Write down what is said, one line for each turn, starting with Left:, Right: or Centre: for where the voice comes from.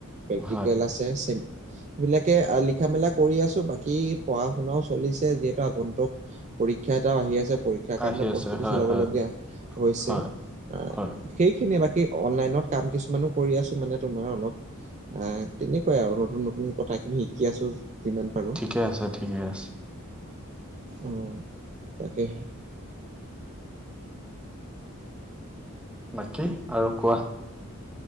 Right: প্ৰেক্টিকেল
Centre: হয়
Right: আছে, <unintelligible> সেবিলাকে লিখা মেলা ক কৰি আছো, বাকী পঢ়া শুনাও চলিছে, যিহেতু আগন্তুক পৰীক্ষা এটাও আহি আছে <unintelligible> তাৰ কাৰণে
Centre: আহি
Right: প্ৰস্তুতি
Centre: আছে হয়
Right: চলাব
Centre: হয়
Right: লগীয়া, হৈছে,
Centre: হয়
Right: আহ
Centre: হয়।
Right: সেইখিনিয়ে বাকী অনলাইনত কাম কিছুমানো কৰি আছো মানে তোমাৰ অলপ। আহ তেনেকুৱাই আৰু, নতুন-নতুন কথা খিনি শিকি আছো, যিমান পাৰো
Centre: ঠিকে আছে, ঠিকে আছে।
Right: ওম তাকে।
Centre: বাকী, আৰু কোৱা?